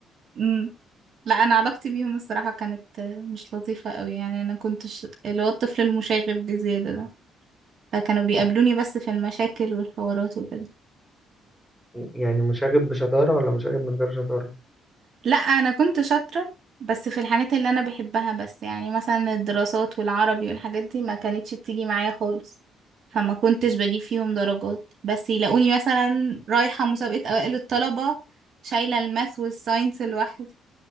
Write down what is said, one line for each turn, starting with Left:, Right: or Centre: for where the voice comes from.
Right: أمم. لا أنا علاقتي بيهم الصراحة كانت آه، مش لطيفة أوي يعني أنا كنتش اللي هو الطفل المشاغب بزيادة ده فكانوا بيقابلوني بس في المشاكل والحوارات وكده
Centre: يعني مشاغب بشطاره ولا مشاغب من غير شطاره
Right: لا انا كنت شاطرة بس في الحاجات اللي انا بحبها بس يعني مثلا الدراسات والعربي والحاجات دي ما كانتش بتيجي معايا خالص فما كنتش بجيب فيهم درجات بس يلاقوني مثلا رايحة مسابقة اوائل الطلبة شايلة الماث والساينس لوحدي